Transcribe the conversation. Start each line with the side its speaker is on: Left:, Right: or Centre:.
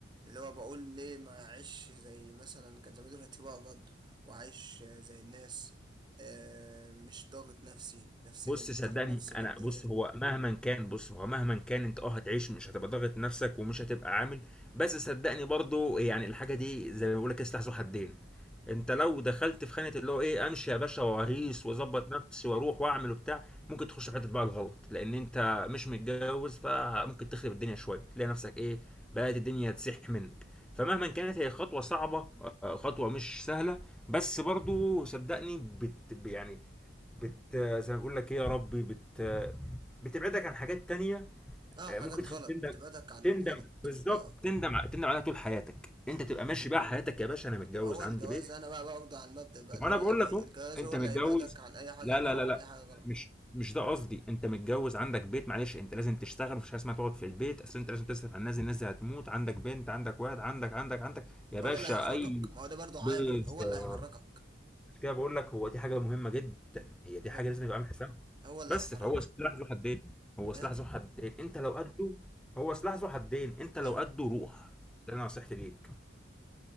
Right: اللي هو بقول ليه ما اعيش زي مثلا كان زمان دلوقتي بقبض واعيش آه، زي الناس آه، مش ضاغط نفسي نفسيا
Centre: بص
Right: مش
Centre: صدقني
Right: ضاغط نفسي ماديا
Centre: انا بص هو مهما كان بص هو مهما كان انت اه هتعيش مش هتبقى ضاغط نفسك ومش هتبقى عامل بس صدقني برضو يعني الحاجه دي زي ما بقول لك كده سلاح ذو حدين انت لو دخلت في خانه اللي هو ايه امشي يا باشا واهيس واظبط نفسي واروح واعمل وبتاع ممكن تخش في حته بقى الغلط لان انت مش متجوز فممكن تخرب الدنيا شويه تلاقي نفسك ايه بقت الدنيا تسيح منك فمهما كانت هي خطوه صعبه آه، خطوه مش سهله بس برضو صدقني بت يعني بت زي ما بقول لك ايه يا ربي بت بتبعدك عن حاجات تانية
Right: اه
Centre: آه،
Right: حاجات
Centre: ممكن تخليك
Right: غلط
Centre: تندم
Right: بتبعدك عن
Centre: تندم
Right: الغلط
Centre: بالظبط
Right: اه
Centre: تندم ع- تندم عليها طول حياتك
Right: م-م.
Centre: انت تبقى ماشي بقى حياتك يا باشا انا متجوز
Right: ما هو
Centre: عندي
Right: الجواز
Centre: بيت
Right: انا بقى باخده على المبدأ بقى اللي
Centre: وانا
Right: هو
Centre: بقول
Right: يعني
Centre: لك
Right: ايه،
Centre: اهو
Right: الجواز
Centre: انت
Right: هو اللي
Centre: متجوز
Right: هيبعدك عن اي حاجة
Centre: لا
Right: حرام
Centre: لا لا لا
Right: اي حاجة غلط
Centre: مش مش ده قصدي انت متجوز عندك بيت معلش انت لازم تشتغل مفيش حاجه اسمها تقعد في البيت اصل انت لازم تصرف على الناس دي، الناس دي هتموت عندك بنت عندك واحد عندك عندك عندك يا باشا
Right: هو اللي هيحركك
Centre: اي
Right: ما هو ده برضو عامل
Centre: بالظبط
Right: هو اللي هيحركك
Centre: مش كده بقول لك هو دي حاجه مهمه جدا هي دي حاجه
Right: هو
Centre: لازم يبقى عامل حسابها
Right: هو اللي
Centre: بس
Right: هيحركك
Centre: فهو سلاح ذو حدين هو سلاح
Right: ايه
Centre: ذو حدين انت لو قده هو سلاح ذو حدين انت لو
Right: ايوه
Centre: قده روح ده انا نصيحتي ليك